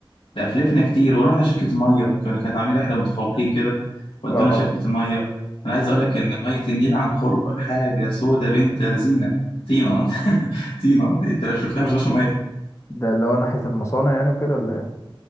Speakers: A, on the left; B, on the left.
A: لا، فلفنا كتير ورحنا شركة المية كانوا كانت عاملين رحلة متفوقين كده ودونا
B: اه
A: شركة المية أنا عايز أقول لك إن مية النيل عن قرب حاجة سودة بنت زينة طينة <laughs> طينة أنت لو شفتها مش هتشرب
B: ده اللي هو ناحية المصانع يعني وكده ولا ايه